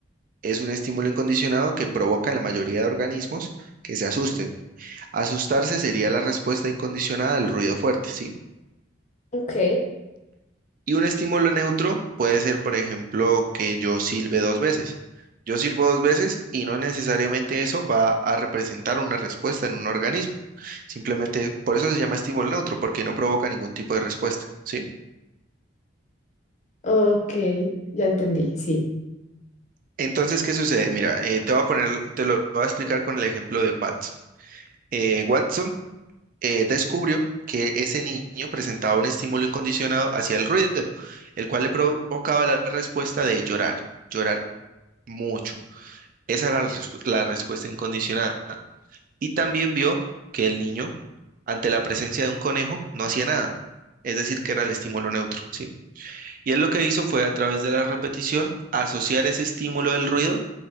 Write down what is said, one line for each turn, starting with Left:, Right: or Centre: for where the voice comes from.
Right: es un estímulo incondicionado que provoca en la mayoría de organismos que se asusten. Asustarse sería la respuesta incondicionada al ruido fuerte, ¿sí?
Left: Ok,
Right: Y un estímulo neutro puede ser, por ejemplo, que yo silbe dos veces. Yo silbo dos veces y no necesariamente eso va a representar una respuesta en un organismo. Simplemente por eso se llama estímulo neutro, porque no provoca ningún tipo de respuesta, ¿sí?
Left: ok, ya entendí, sí.
Right: Entonces, ¿qué sucede? Mira, eh, te voy a poner, te lo voy a explicar con el ejemplo de Watson. Eh, Watson eh, descubrió que ese niño presentaba un estímulo incondicionado hacia el ruido, el cual le provocaba la respuesta de llorar, llorar mucho. Esa era la, respu- la respuesta incondicionada. Y también vio que el niño, ante la presencia de un conejo, no hacía nada. Es decir, que era el estímulo neutro, ¿sí? Y él lo que hizo fue, a través de la repetición, asociar ese estímulo del ruido